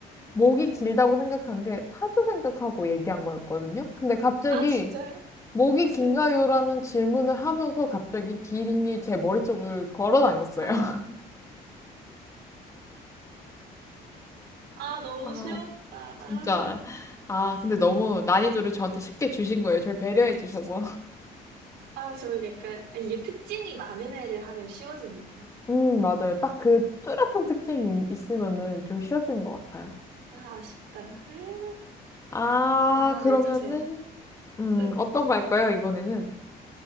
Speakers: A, on the left; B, on the right.
A: 목이 길다고 생각한 게 타조 생각하고 얘기한 거였거든요? 근데 갑자기
B: 아, 진짜요?
A: 목이 긴가요라는
B: 네.
A: 질문을 하면서 갑자기 기린이 제 머리 쪽을 걸어 다녔어요.
B: 아,
A: <laughs>
B: 아, 너무
A: 아,
B: 쉬웠다.
A: 진짜.
B: 아,
A: 아, 근데 너무 난이도를 저한테 쉽게 주신 거예요. 저를 배려해 주셔서.
B: 아, 저는 약간, 이게 특징이 많은 애를 하면 쉬워지네요.
A: 음, 맞아요. 딱 그 뚜렷한 특징이 있- 있으면은 좀 쉬워지는 것 같아요.
B: 아, 아쉽다. 아,
A: 아,
B: 더 하나
A: 그러면은,
B: 내주세요.
A: 음,
B: 네.
A: 어떤 거 할까요, 이번에는?